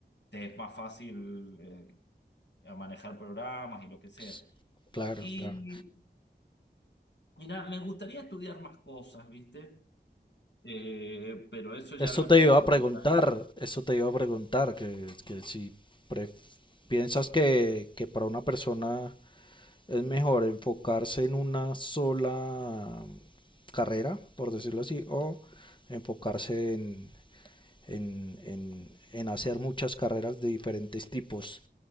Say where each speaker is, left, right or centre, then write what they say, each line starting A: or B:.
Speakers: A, on the left; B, on the left.
A: te es más fácil eh, a manejar programas y lo que sea.
B: s- claro,
A: Y,
B: claro.
A: y nada, me gustaría estudiar más cosas, ¿viste? Eh, pero eso ya
B: Eso
A: lo
B: te
A: tengo
B: iba
A: como
B: a preguntar,
A: plan.
B: eso te iba a preguntar, que, que si pre- piensas que, que para una persona es mejor enfocarse en una sola carrera, por decirlo así, o enfocarse en, en, en, en hacer muchas carreras de diferentes tipos.